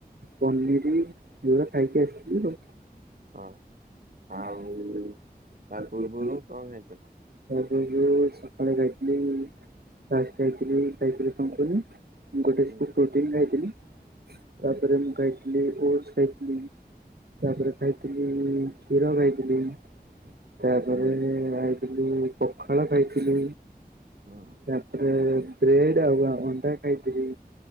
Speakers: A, on the right; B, on the right.
A: ପନିରି ଏଗୁରା ଖାଇକି ଆଇଥିଲି ଆଉ।
B: ହଁ ଆଉ
A: ତାପରେ
B: ତା
A: <unintelligible>
B: ପୂର୍ବରୁ କଣ ଖାଇଥିଲ?
A: ଏ ଯୋଉ ସକାଳେ ଯାଇଥିଲି ଲାଷ୍ଟ ଯାଇଥିଲି ଖାଇକିରି କଣ କହିଲେ ମୁଁ ଗୋଟେ
B: ହୁଁ
A: ସ୍କୁ ପ୍ରୋଟିନ୍ ଖାଇଥିଲି,
B: ହୁଁ
A: ତାପରେ ମୁଁ ଖାଇଥିଲି ଥିଲି ଓଟ୍ସ ଖାଇଥଲି, ତାପରେ ଖାଇଥିଲି କ୍ଷୀର ଖାଇଥିଲି, ତା ଏ ଆଇଥିଲି ପଖାଳ ଖାଇଥିଲି
B: ହୁଁ
A: ତାପରେ ବ୍ରେଡ଼ ଆଉ ଅଣ୍ଡା ଖାଇଥିଲି